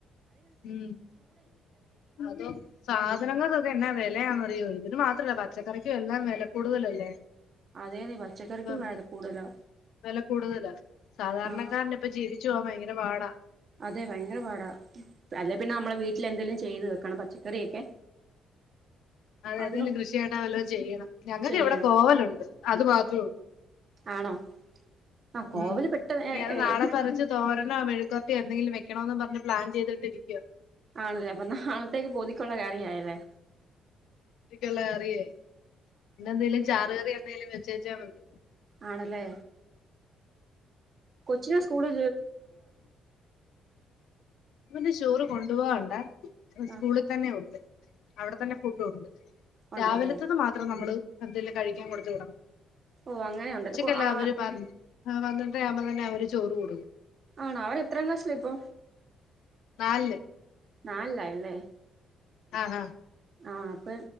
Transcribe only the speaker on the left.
ഉം അതോ സാധനങ്ങക്കൊക്കെ എന്നാ വെലയാന്ന് അറി ഇയ്യോ ഇതിന് മാത്രല്ല പച്ചക്കറിക്കുവെല്ലാം വെല കൂടുതലല്ലേ?
ഇപ്പം
വെല കൂടുതലാ സാധാരണക്കാരന്
ഇപ്പ ജീവിച്ചു പോകാൻ ഭയങ്കര പാടാ
അത
ഏതെങ്കിലും കൃഷിയായിട്ടാ വല്ലതും ആയിട്ട്ചെയ്യണം ഞങ്ങൾക്ക്
ഇവിടെ കോവലുണ്ട് അത് മാത്രേഒ ള്ളൂ
ഉ ഇനി
അത് നാളെ
പറച്ച് തോരനോ മെഴു പക്കർത്തി എന്തെകിലേ വെക്കണോന്ന് പറഞ് പ്ലാൻ ചെയ്തിട്ടിരിക്കോ
ഉചക്കുള്ള കറിയായി ഇന്ന് എന്തേലും ചാറ് കറി എന്തെലും വെച്ചേച്ചാ മതി
അപ്പൊ ന്ന് ചോറ് കൊണ്ടു പോവണ്ടാ സ്കൂളിൽ
തന്നെ ഉണ്ട് അവിടെ തന്നെ ഫുഡ് ഉണ്ട്
രാവിലത്തത് മാത്രം നമ്മള് എന്തെലും കഴിക്കാൻ കൊടു വിടണം
ഉച്ചക്കല്ല
അവര് പന്ത്രണ്ടര ആവുമ്പോ തന്നെ അവര് ചോറ് കൊടു
നാല് ല്
ആ ആ